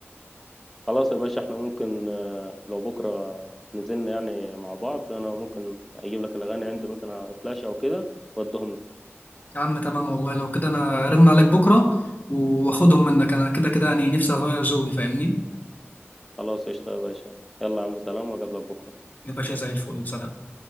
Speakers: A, in the centre; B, on the left.
A: خلاص يا باشا إحنا ممكن آه، لو بكرة نزلنا يعني مع بعض أنا ممكن أجيب لك الأغاني عندي مثلا على فلاشة أو كده وأديهم لك
B: يا عم تمام والله لو كده انا ارن عليك بكرة واخدهم منك انا كده كده يعني نفسي اغير ذوقي فاهمني
A: خلاص قشطة يا باشا يلا يا عم سلام وأقابلك بكرة
B: يا باشا زي الفل سلام